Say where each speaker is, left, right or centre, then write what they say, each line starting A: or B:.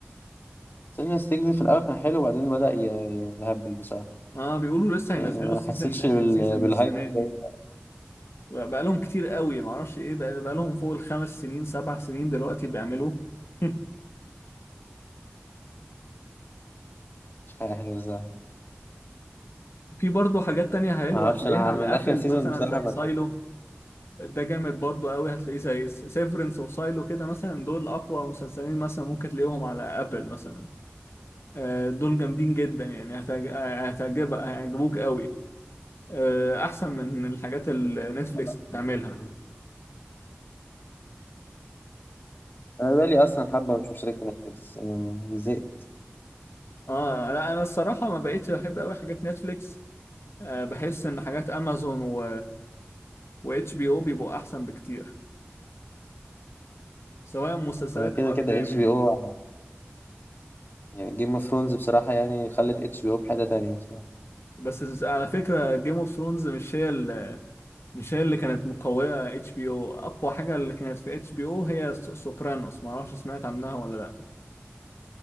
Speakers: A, on the left; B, on the left.
A: سيلفن ستيجز في الأول كان حلو وبعدين بدأ ي- يهبل بصراحة
B: اه بيقولوا لسه هينزلوا
A: يعني ما
B: سيزون
A: حسيتش
B: اخر
A: بال...
B: سيزون
A: بالهايب
B: السنه
A: زي
B: دي
A: ما-
B: بقى بقى لهم كتير قوي ما اعرفش ايه بقى, بقى لهم فوق الخمس سنين سبع سنين دلوقتي بيعملوا <laughs>
A: مش عارف بصراحة
B: في برضه حاجات تانية حلوة
A: ما أعرفش
B: هتلاقيها
A: أنا
B: على
A: من
B: ابل
A: آخر سيزون
B: مثلا
A: بصراحة
B: زي
A: ما
B: سايلو
A: كان
B: ده جامد برضه قوي هتلاقيه زي سيفرنس وسايلو كده مثلا دول اقوى مسلسلين مثلا ممكن تلاقيهم على ابل مثلا آه، دول جامدين جدا يعني هتعج- هتعجبك هيعجبوك قوي آه، احسن من الحاجات اللي نتفليكس
A: خلاص
B: بتعملها
A: أنا بقالي أصلا حبة مش مشترك في نتفليكس أنا زهقت
B: اه لا انا الصراحه ما بقيتش بحب قوي حاجات نتفليكس آه بحس ان حاجات امازون و واتش بي او بيبقوا احسن بكتير سواء مسلسلات
A: أنا كده
B: او
A: كده
B: افلام
A: اتش
B: يعني
A: بي او يعني جيم اوف ثرونز بصراحة يعني خلت اتش بي او في حتة تانية بصراحة
B: بس على فكره جيم اوف ثرونز مش هي ال- مش هي اللي كانت مقويه اتش بي او اقوى حاجه اللي كانت في اتش بي او هي س- سوبرانوس ما اعرفش سمعت عنها ولا لا